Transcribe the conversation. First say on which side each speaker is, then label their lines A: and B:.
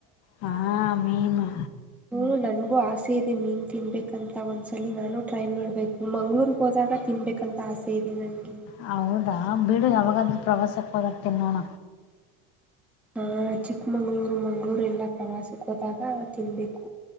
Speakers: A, on the left; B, in the centre.
A: ಹಾ ಮೀನು
B: ಹ ನನ್ಗೂ ಆಸೆ ಇದೆ ಮೀನು ತಿನ್ಬೇಕಂತ ಒಂದ್ಸಲ ನಾನು ಟ್ರೈ ಮಾಡ್ಬೇಕು ಮಂಗ್ಳೂರ್ ಹೋದಾಗ ತಿನ್ಬೇಕಂತ ಆಸೆ ಇದೆ ನನಗೆ
A: ಹೌದಾ ಬಿಡು ಯಾವಾಗಾದ್ರೂ ಪ್ರವಾಸಕ್ಕೆ ಹೋದಾಗ್ತ ನೋಣ
B: ಆ ಚಿಕ್ಕಮಂಗ್ಳೂರು ಮಂಗ್ಗಳೂರು ಎಲ್ಲ ಪ್ರವಾಸಕ್ಕೆ ಹೋದಾಗ ತಿನ್ಬೇಕು